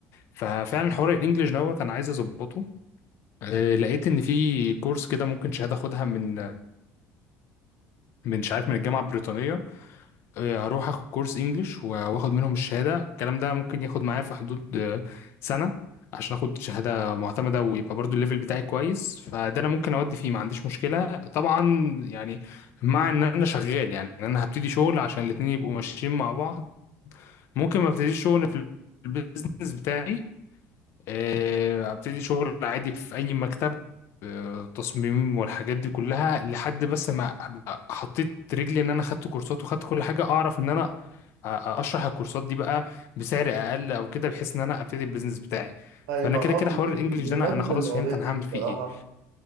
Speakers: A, on the left; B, on the right.
A: ففعلا حوار الانجليش دوت انا عايز اظبطه آه، لقيت ان في كورس كده ممكن شهاده اخدها من من مش عارف من الجامعة البريطانية آه، هروح اخد كورس انجليش واخد منهم الشهادة الكلام ده ممكن ياخد معايا في حدود آه، سنة عشان اخد شهادة معتمدة ويبقى برضو الليفل بتاعي كويس فده انا ممكن اودي فيه ما عنديش مشكلة طبعا يعني مع ان انا شغال يعني إن انا هبتدي شغل عشان الاتنين يبقوا ماشيين مع بعض ممكن ما ابتديش شغل في البيزنس بتاعي آه، ابتدي شغل عادي في اي مكتب آه، تصميم والحاجات دي كلها لحد بس ما ابقى حطيت رجلي ان انا خدت كورسات وخدت كل حاجه اعرف ان انا أ- اشرح الكورسات دي بقى بسعر اقل او كده بحيث ان انا ابتدي البيزنس بتاعي
B: طيب
A: فانا
B: ما
A: كده
B: اه
A: كده حوار
B: بالنسبة-
A: الانجليش
B: بمناسبة
A: ده انا انا خلاص
B: المواضيع
A: فهمت انا
B: دي
A: هعمل
B: بصراحة
A: فيه ايه